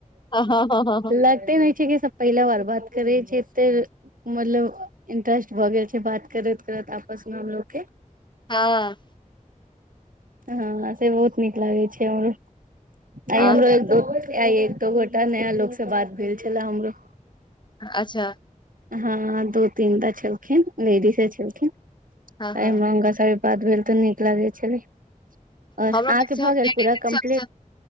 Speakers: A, on the left; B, on the right.
A: हँ हँ हँ
B: लग- तेै नै छै जे सब पहिला बार बात करै छै एते- मतलब इंटरेस्ट भऽ गेल छै बात करैत करैत आपस मे हमलोग के-
A: हँ।
B: हँ से बहुत नीक लागे छै हमरो। आय
A: अहाँके
B: हमरो एक दो आय एक दु गोटा नया लोक से बात भेल छेल्ला हमरो। ह
A: अच्छा
B: हँ दू तीनटा छेलखिन लेडीसे छेलखिन।
A: हँ
B: आय
A: हँ
B: हमरा हुनका सँ आय बात भेल तऽ नीक लागेै छेलै और
A: हमरो
B: आहाँके
A: मैक्सिमम
B: भऽ गेल
A: लेडीज
B: पूरा कम-
A: सब